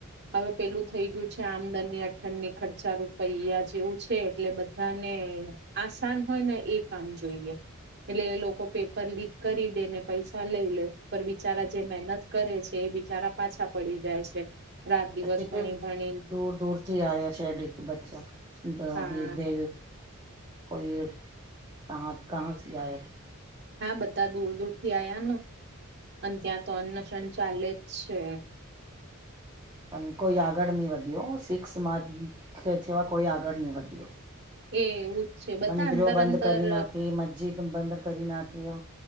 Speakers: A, on the right (about 50°); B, on the right (about 20°).
A: હવે પેલુ થઈ ગીયું છે, આમદની અઠનીં ખર્ચા રૂપયા જેવું છે એટલે બધ અને આસાન હોય ને એ કામ જોઈએ એટલે એ લોકો પેપર લીક કરી દે ને પૈસા લઈ લે પર બિચારા જે મહેનત કરે છે એ બિચારા પાછા પડી જાય છે. રાત દિવસ
B: હકીકત
A: ભણી-ભણી
B: દૂર દૂર થી આયા છે એ ડીક બચ્ચા
A: હા
B: બે બે કોઈ એક કહા કહા સે આયા હે.
A: હા બધા દૂર દૂર થી આયા ન અને ત્યાં તો અન્નશન ચાલે જ છે.
B: અને કોઈ આગળ નઈ વધ્યો સીખ સમાજ જેવા કોઈ આગળ નઈ વધ્યો.
A: એ એવું જ છે બધા
B: મંદિરો
A: અંદર
B: બંધ
A: અંદર
B: કરી નાખી, મજિદ બંધ કરી નાખી, હ